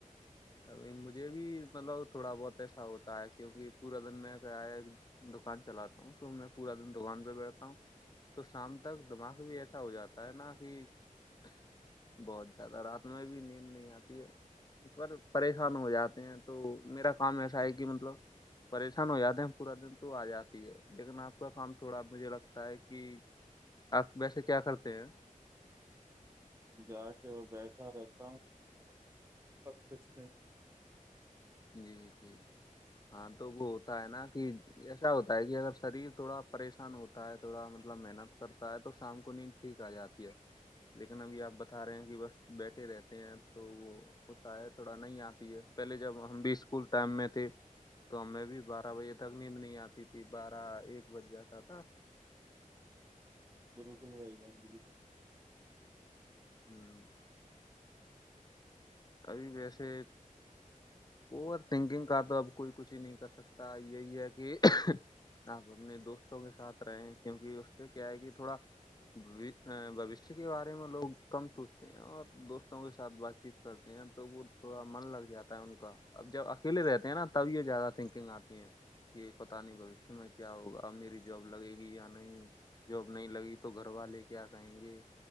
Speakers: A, on the left; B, on the right.
A: ابھی مجھے بھی مطلب تھوڑا بہت ایسا ہوتا ہے کیونکہ پورا دن میں کہ ہے دکان چلاتا ہوں تو میں پورا دن دکان پہ بیٹھتا ہوں تو شام تک دماغ بھی ایسا ہو جاتا ہے نا کہ بہت زیادہ رات میں بھی نیند نہیں آتی ہے ا پر پریشان ہو جاتے ہیں تو میرا کام ایسا ہے کہ مطلب پریشان ہو جاتے ہیں پورا دن تو آ جاتی ہے لیکن آپ کا کام تھوڑا مجھے لگتا ہے کہ آپ ویسے کیا کرتے ہیں
B: جا کے وہ بیٹھا رہتا اور کچھ نہیں <inaudible>
A: جی جی ہاں تو وہ ہوتا ہے نا کہ ایسا ہوتا ہے کہ اگر شریر تھوڑا پریشان ہوتا ہے تھوڑا مطلب محنت کرتا ہے تو شام کو نیند ٹھیک آ جاتی ہے لیکن ابھی آپ بتا رہے ہیں کہ بس بیٹھے رہتے ہیں تو وہ ہوتا ہے تھوڑا نہیں آتی ہے پہلے جب ہم بھی اسکول ٹائم میں تھے تو ہمیں بھی بارہ بجے تک نیند نہیں آتی تھی بارہ ایک بج جاتا تھا
B: بالکل بھائی جان بالکل
A: ہوں <inaudible> کبھی ویسے اوور تھنکنگ کا تو اب کوئی کچھ ہی نہیں کر سکتا یہی ہے کہ آپ اپنے دوستوں کے ساتھ رہے کیونکہ اس سے کیا ہے کہ تھوڑا بھشیہ کے بارے میں لوگ کم سوچتے ہیں اور دوستوں کے ساتھ بات چیت کرتے ہیں تو وہ تھوڑا من لگ جاتا ہے ان کا اب جب اکیلے رہتے ہیں نا تب یہ زیادہ تھنکنگ آتی ہیں یہ پتاہ نہیں بھشتی میں کیا ہوگا اب میری جاب لگے گی یا نہیں جاب نہیں لگی تو گھر والے کیا کہیں گے